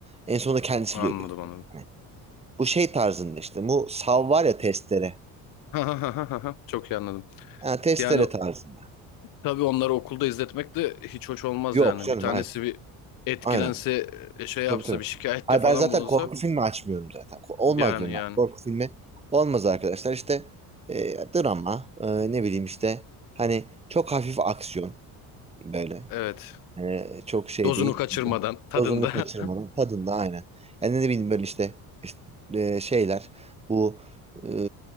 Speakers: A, on the right; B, on the left.
A: En sonunda kendisi
B: Anladım
A: de ölüyor.
B: anladım.
A: Hani bu şey tarzında işte. Bu sav var ya testere.
B: <laughs> Ha ha ha ha ha. Çok iyi anladım.
A: Ha, testere
B: Yani
A: tarzında.
B: tabii onları okulda izletmek de hiç hoş olmaz
A: Yok
B: yani.
A: canım
B: Bir tanesi
A: hayır.
B: bir etkilense,
A: Aynen.
B: e, şey
A: Tabii
B: yapsa,
A: tabii.
B: bir şikayette
A: Hayır
B: falan
A: ben zaten
B: bulunsa.
A: korku filmi açmıyorum zaten. Ko- Olmaz
B: Yani
A: diyorum ben.
B: yani.
A: Korku filmi olmaz arkadaşlar. İşte e, drama e, ne bileyim işte hani çok hafif aksiyon böyle.
B: Evet.
A: E, çok şey
B: Dozunu
A: değil.
B: kaçırmadan, tadında.
A: Dozunu kaçırmadan
B: <laughs>
A: tadında aynen. Yani ne bileyim böyle işte, işte, e, şeyler bu e,